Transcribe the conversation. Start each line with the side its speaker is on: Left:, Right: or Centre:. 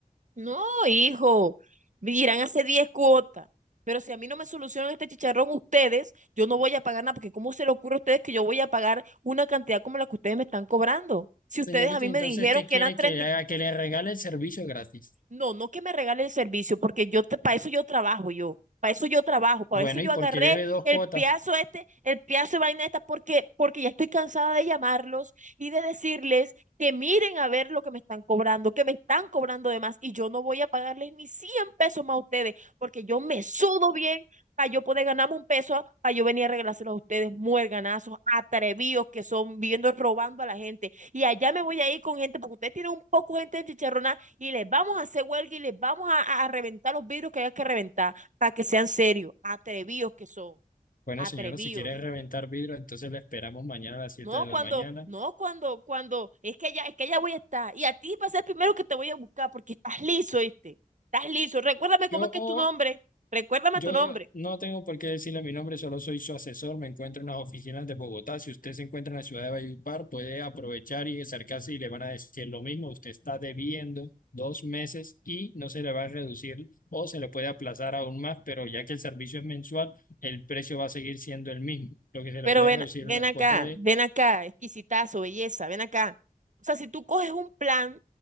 Right: no, hijo, irán hace 10 cuotas. Pero si a mí no me solucionan este chicharrón ustedes, yo no voy a pagar nada, porque ¿cómo se le ocurre a ustedes que yo voy a pagar una cantidad como la que ustedes me están cobrando? Si
Left: Señorita,
Right: ustedes a mí
Left: entonces,
Right: me dijeron
Left: ¿qué
Right: que
Left: quiere
Right: eran treinta
Left: que le haga? Que le regale el servicio gratis.
Right: No, no que me regale el servicio, porque yo para eso yo trabajo yo, para eso yo trabajo, para
Left: Bueno,
Right: eso yo
Left: ¿y por
Right: agarré
Left: qué debe dos
Right: el
Left: cuotas?
Right: piazo este, el piazo de vaina esta, porque, porque ya estoy cansada de llamarlos y de decirles que miren a ver lo que me están cobrando, que me están cobrando de más, y yo no voy a pagarles ni cien pesos más a ustedes, porque yo me sudo bien para yo poder ganarme un peso, para yo venir a regalárselo a ustedes, muerganazos, atrevidos que son, viviendo robando a la gente. Y allá me voy a ir con gente, porque ustedes tienen un poco de gente de chicharrona y les vamos a hacer huelga y les vamos a, a- a reventar los vidrios que hay que reventar para que sean serios, atrevidos que son,
Left: Bueno,
Right: atrevidos.
Left: señora, si quiere reventar vidrio, entonces la esperamos mañana a las 7
Right: No
Left: de la
Right: cuando,
Left: mañana.
Right: no cuando, cuando, es que ya, es que ya voy a estar. Y a ti va a ser el primero que te voy a buscar porque estás liso, ¿viste? Estás liso. Recuérdame cómo
Left: Yo
Right: es que es tu nombre. Recuérdame
Left: Yo
Right: tu nombre.
Left: no tengo por qué decirle mi nombre, solo soy su asesor. Me encuentro en las oficinas de Bogotá. Si usted se encuentra en la ciudad de Valledupar, puede aprovechar y acercarse y le van a decir lo mismo. Usted está debiendo dos meses y no se le va a reducir o se le puede aplazar aún más, pero ya que el servicio es mensual, el precio va a seguir siendo el mismo. Lo que se
Right: Pero
Left: le puede
Right: ven,
Left: reducir
Right: ven
Left: en las
Right: acá,
Left: cuotas
Right: ven acá, exquisitazo, belleza, ven acá. O sea, si tú coges un plan,